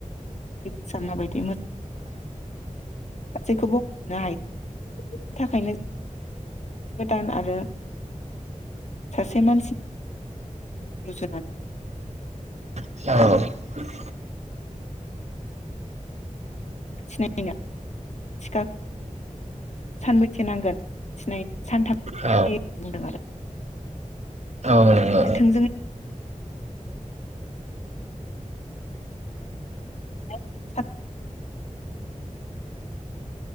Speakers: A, on the left; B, on the right.
A: एसानाबाय <inaudible> गासैखौबो हनो हायो बेनि थाखायनो गोदान आरो सासे मानसि रुजुनानै
B: औ।
A: सिनायनो थिखा सानबैसे नांगोन सिनाय सानथाम
B: औ
A: ज होन बुंदों आरो।
B: औ नंगौ
A: थोंजोङै <inaudible>